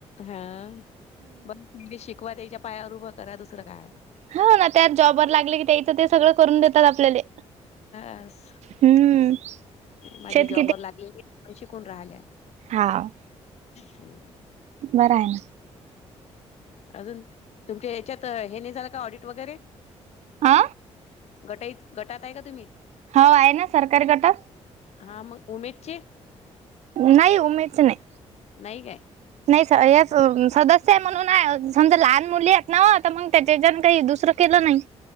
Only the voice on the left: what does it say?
हा, मग मुली शिकवा त्यांच्या पायावर उभं करा दुसरं काय.
अस,
माझे
जॉबवर लागलेले पैसे कोण राहिल्या.
हम.
अजून, तुमच्या याच्यात हे नाही झालं का, ऑडिट वगैरे?
गटईत, गटात आहे का तुम्ही?
हा मग उमेयचे.
नाही काय